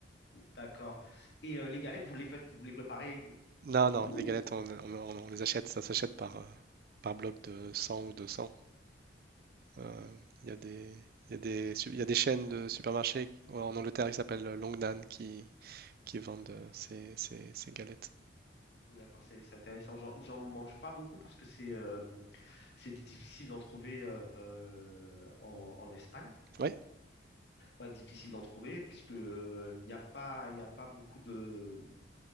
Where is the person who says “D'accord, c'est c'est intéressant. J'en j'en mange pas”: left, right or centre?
Left